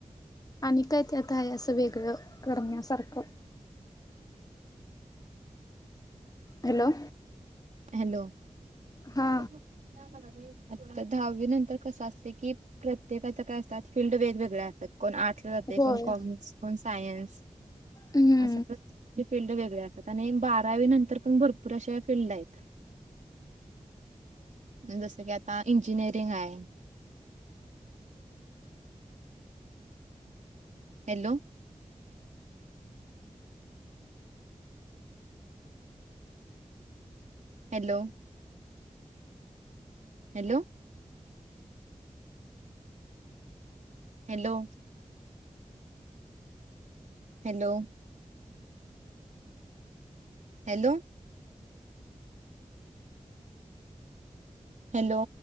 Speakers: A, on the left (about 30°); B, on the right (about 70°).
A: आणि काय त्यात आहे असं वेगळं करण्यासारखं? हॅलो.
B: हॅलो.
A: हा
B: आत्ता दहावी नंतर कसं असतय की प्रत्येकाचं काय असतात फील्ड वेगवेगळ्या असतात कोण आर्ट- -सला जातयं.
A: होय
B: कोण कॉमर्स. कोण सायन्स.
A: हूं.
B: असं प्रत्येकी फील्ड वेगळया असतात. आणि बारावी नंतर पण भरपूर अशा फिल्ड आहेत. जसं कि आता इंजिनिअरिंग आहे. Hello. Hello. Hello. Hello. Hello. Hello. Hello.